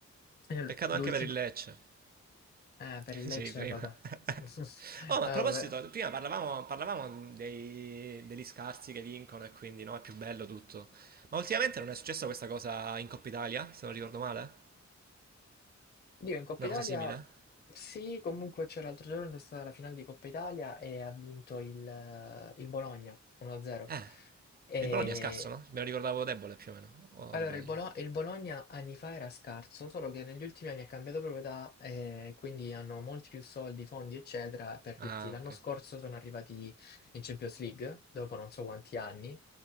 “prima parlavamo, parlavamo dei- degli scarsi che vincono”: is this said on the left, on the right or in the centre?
Right